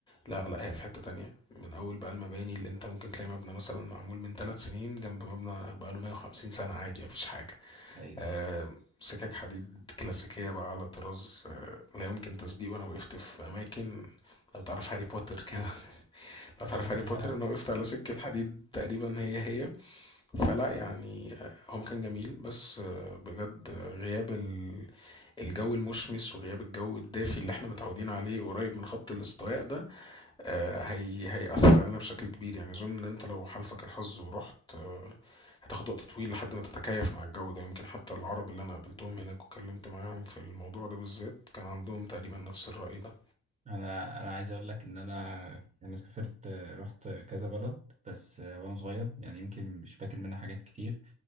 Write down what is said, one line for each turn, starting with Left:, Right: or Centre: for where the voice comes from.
Left: لا لا هي في حتة تانية من أول بقى المباني اللي أنت ممكن تلاقي مبنى مثلا معمول من ثلاث سنين جنب مبنى بقاله 150 سنة عادي مفيش حاجة
Right: ايوه
Left: آه، سكك حديد كلاسيكية بقى على طراز آه، لا يمكن تصديقه أنا وقفت في أماكن لو تعرف هاري بوتر كده <laughs> لو
Right: الاماكن
Left: تعرف هاري
Right: اللي
Left: بوتر
Right: أنا-
Left: أنا وقفت على سكة حديد تقريبا هي هي فلا يعني آه، هم كان جميل بس آه، بجد آه، غياب ال- الجو المشمس وغياب الجو الدافي اللي احنا متعودين عليه قريب من خط الاستواء ده آه، هي هيأثر علينا بشكل كبير يعني أظن إن أنت لو حالفك الحظ ورحت آه، هتاخد وقت طويل لحد ما تتكيف مع الجو ده يمكن حتى العرب اللي أنا قابلتهم هناك واتكلمت معاهم في الموضوع ده بالذات كان عندهم تقريبا نفس الرأي ده
Right: انا انا عايز اقول لك ان انا انا سافرت رحت كذا بلد بس وانا صغير يعني يمكن مش فاكر منها حاجات كتير